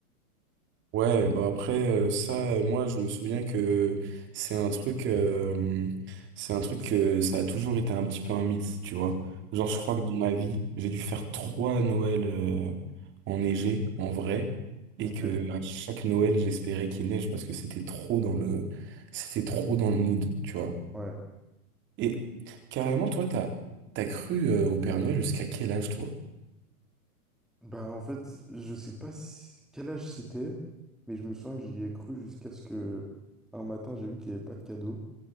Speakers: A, on the right (about 25°); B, in the centre.
A: Ouais, bah après euh, ça, euh, moi je me souviens que c'est un truc, euh, c'est un truc que ça a toujours été un petit peu un mythe, tu vois. Genre
B: Ouais.
A: je crois que dans ma vie, j'ai dû faire trois Noëls euh, enneigés en vrai, et
B: Ok.
A: que à chaque Noël j'espérais qu'il neige parce que c'était trop dans le, c'était trop dans le mood, tu vois.
B: Ouais.
A: Et carrément toi t'as, t'as cru euh, au Père Noël jusqu'à quel âge toi?
B: Bah, en fait, je sais pas si- quel âge c'était, mais je me souviens que j'y ai cru jusqu'à ce que un matin, j'ai vu qu'il n'y avait pas de cadeau.